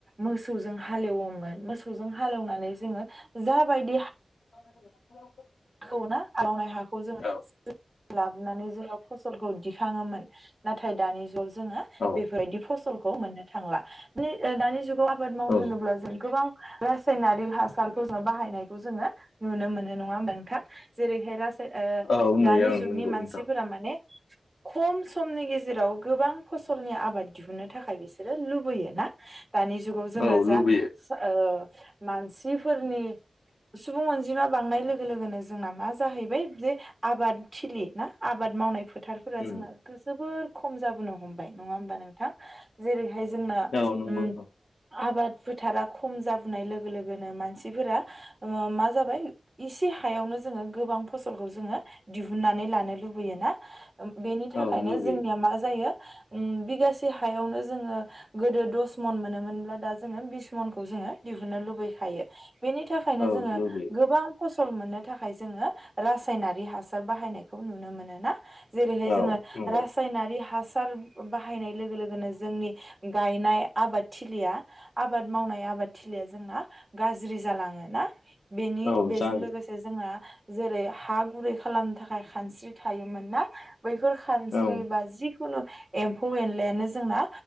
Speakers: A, on the right; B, on the left.
A: मोसौजों हालेवोमोन मोसौजों हालेवनानै जोङो जा बायदिया हा
B: <unintelligible>
A: खौ ना हालैना हाखौ जों
B: औ
A: लाबो नुनानै जोङो फसलखौ दिखाङोमोन नाथाय दानि जुगाव जों जोङो
B: औ
A: बेफोरबायदि फसल खौ मोननो थांला बे ओ दानिजुग खौ आबाद मावनो
B: औ
A: होनोब्ला जों गोबां रासायनारिक हासारखौ जों बाहायनायखौ जोङो नुनो मोनो नङा होनब था जेरैहाय राज ओ
B: औ नुयो
A: दानि
B: आं
A: जुगनि
B: नंगौ
A: मानसिफोरा
B: नोंथां
A: माने खम समनि गेजेराव गोबां फसलनि आबाद दिहुननो थाखाय बिसोरो लुबैयो ना दानि जुगाव जोङो
B: औ
A: जा
B: लुबैयो
A: ओ मानसिफोरनि सुबुं अनजिमा बांनाय लोगो लोगोनो जोंना मा जाहैबाय जे आबाद थिलि ना आबाद मावनायफोर फोथारफोरा
B: उम
A: जोंना जोबोर खम जाबोनो हमबाय नङा होमबा नोंथां जेरै बेहाय जोंना
B: औ नंगौ
A: ओम
B: नोंथां
A: आबाद फोथारा खम जाबोनाय लोगो लोगोनो मानसिफोरा ओ मा जाबाय इसे हायावनो जोङो गोबां फसलखौ जोङो दिहुनन्नानै लानो लुबैयो ना बेनि थाखायनो
B: औ लुबैयो
A: जोंनिया मा जायो उ बिगासे हायावनो जोङो गोदो दस मन मोनोमोनब्ला दा जोङो बिस मनखौ जोङो दिहुनो लुबैखायो। बेनि थाखायनो
B: औ
A: जोङो
B: लुबैयो
A: गोबां फसल मोनो। नि थाखाय जोङो रासायनारि हासार बाहायनायखौ नुनो मोनोना जेरैहाय जोङो
B: औ नंगौ
A: रासायनारि हास सार बाहायनाय लोगो लोगोनो जोंनि गायनाय आबादथिलिया आबाद मावनाय आबाद थलिया जोंना गाज्रि जालाङो ना बेनि
B: औ
A: बेजों
B: जायो
A: लोगोसे जोंना जेरै हा गुरै खालामनो थाखाय खानस्रि थायोमोन ना बैफोर खानस्रि
B: औ
A: बा जि खुनु एम्फौ एनलायानो जोंना